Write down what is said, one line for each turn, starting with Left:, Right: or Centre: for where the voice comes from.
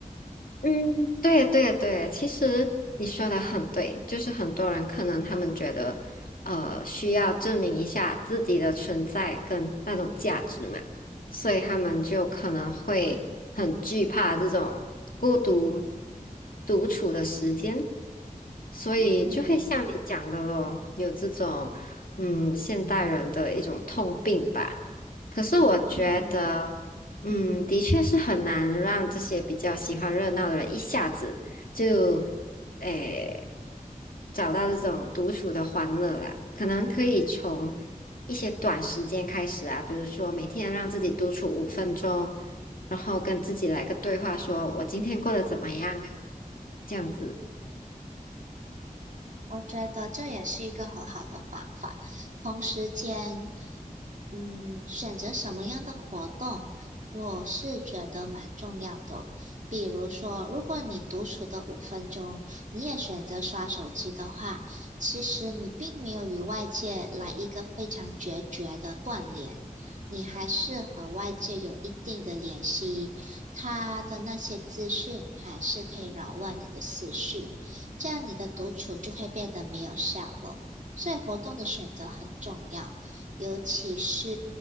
Left: 嗯，对对对，其实你说的很对，就是很多人可能他们觉得，呃，需要证明一下自己的存在跟那种价值嘛，所以他们就可能会很惧怕这种孤独独处的时间，所以就会像你讲的咯，
Right: 嗯
Left: 有这种嗯现代人的一种痛病吧。可是我觉得。
Right: 嗯，
Left: 嗯，的确是很难让这些比较喜欢热闹的人一下子就，诶，找到这种独处的欢乐啦。可能可以从一些短时间开始啊，比如说每天让自己独处五分钟，然后跟自己来个对话说，我今天过得怎么样啊？这样子。
Right: 我觉得这也是一个很好的方法。同时间，嗯，选择什么样的活动，我是觉得蛮重要的哦。比如说，如果你独处的五分钟，你也选择刷手机的话，其实你并没有与外界来一个非常决绝的断联，你还是和外界有一定的联系，他的那些资讯还是可以扰乱你的思绪。这样你的独处就会变得没有效了。所以活动的选择很重要，尤其是